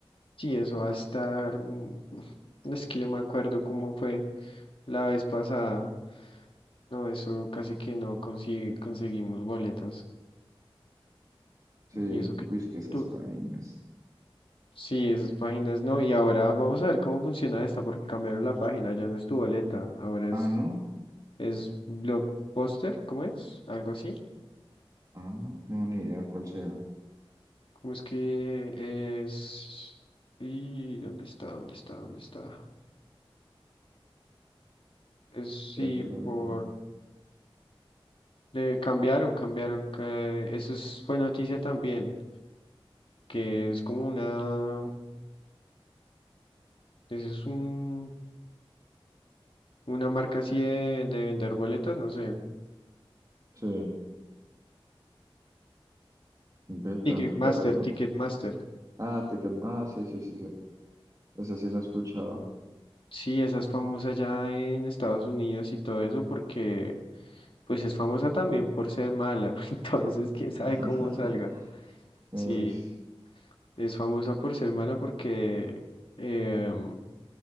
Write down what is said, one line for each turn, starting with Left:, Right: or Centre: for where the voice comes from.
Left: Sí, eso va a estar. mm, <laughs> Es que yo me acuerdo cómo fue la vez pasada. No, eso casi que no consigue, conseguimos boletas.
Right: Sí,
Left: Y eso que
Right: uy, es que esas
Left: tú,
Right: páginas.
Left: sí, esas páginas no. Y ahora vamos a ver cómo funciona esta, porque cambiaron la página, ya no es tu boleta, ahora
Right: Ah,
Left: es,
Right: no.
Left: es Blockbuster, ¿cómo es? Algo así.
Right: Ah, no, ni idea cuál sea.
Left: ¿Cómo es que es? ¿Y dónde está? ¿Dónde está? ¿Dónde está? Es sí,
Right: Eh, pero
Left: por.
Right: no.
Left: Le cambiaron, cambiaron. que- Eso es- fue noticia también, que es como una. Eso es un Una marca así de, de vender boletas, no sé.
Right: Sí, ve
Left: Ticketmaster,
Right: tan, pero no.
Left: Ticketmaster.
Right: Ah, te quedo- Ah, sí, sí, sí, sí. Esa sí la he escuchado.
Left: Sí, esa es famosa ya en Estados Unidos y todo eso porque pues es famosa también por ser mala. <laughs> Entonces, quién sabe
Right: <laughs>
Left: cómo salga.
Right: Uy,
Left: Sí,
Right: sí.
Left: es famosa por ser mala porque em,